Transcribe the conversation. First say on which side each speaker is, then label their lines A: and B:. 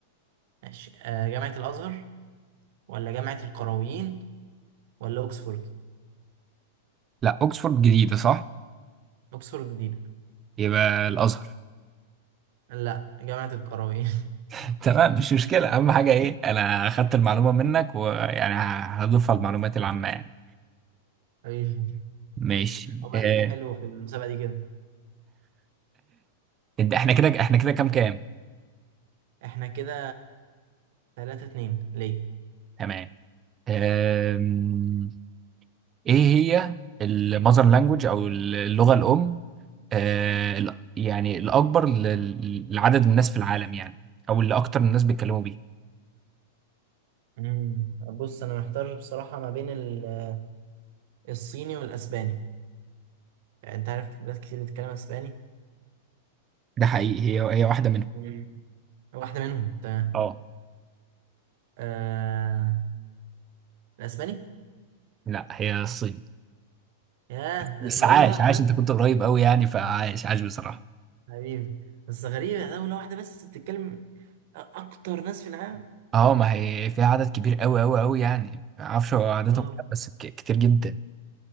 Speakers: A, on the right; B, on the right.
A: ماشي آه جامعة الازهر ولا جامعة القرويين ولا اوكسفورد
B: لا أوكسفورد جديدة صح؟
A: اوكسفورد جديدة
B: يبقى الأزهر
A: لا جامعة القرويين
B: <laughs> تمام مش مشكلة أهم حاجة إيه أنا أخدت المعلومة منك ويعني هضيفها المعلومات العامة يعني
A: <laughs> أيوه.
B: ماشي
A: هو
B: آه،
A: الحلو في المسابقة دي كده
B: إد- إحنا كده إحنا كده كام كام؟
A: احنا كده ثلاثة اتنين ليه
B: تمام آم، ايه هي المذر لانجوج او اللغة الام آه، ال- يعني الاكبر لل- لعدد الناس في العالم يعني او اللي اكتر الناس بيتكلموا بيه
A: مم. بص انا محتار بصراحة ما بين ال- آه، الصيني والاسباني يعني انت عارف بلاد كتير بتتكلم اسباني
B: ده حقيقي هي هي واحدة منهم
A: مم. واحدة منهم تمام
B: اه
A: آه... الأسباني
B: لا هي الصين
A: ياه
B: بس
A: دولة
B: عاش
A: واحدة
B: عاش انت كنت قريب قوي يعني فعاش عاش بصراحة
A: حبيبي بس غريبة دولة واحدة بس بتتكلم أكتر ناس في العالم
B: اه ما هي فيها عدد كبير قوي قوي قوي يعني ما اعرفش هو عددهم
A: اه
B: كام بس ك- كتير جدا